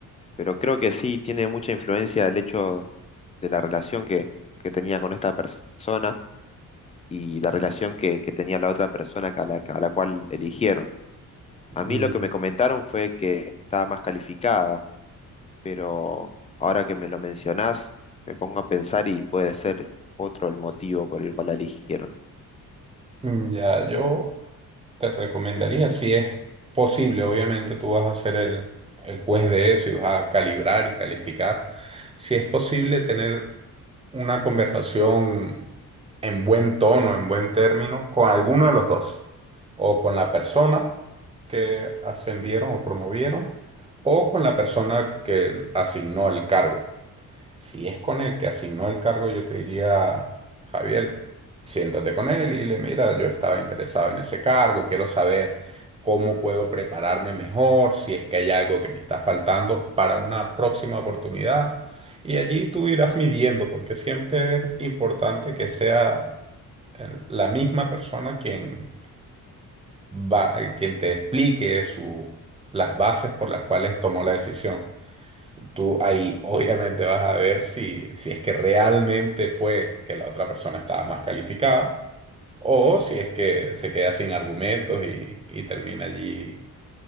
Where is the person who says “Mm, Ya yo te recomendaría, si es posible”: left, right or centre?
Right